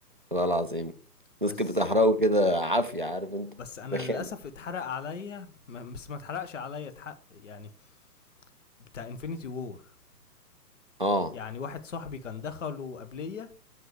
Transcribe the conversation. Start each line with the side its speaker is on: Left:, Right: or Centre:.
Right: والله العظيم الناس
Left: بس
Right: كانت بتحرقه كده عافيه عارف انت
Left: بس أنا
Right: رخامه
Left: للأسف اتحرق عليّا م بس ما اتحرقش عليّا اتحق يعني بتاع Infinity War.
Right: اه
Left: يعني واحد صاحبي كان دخله قبليّا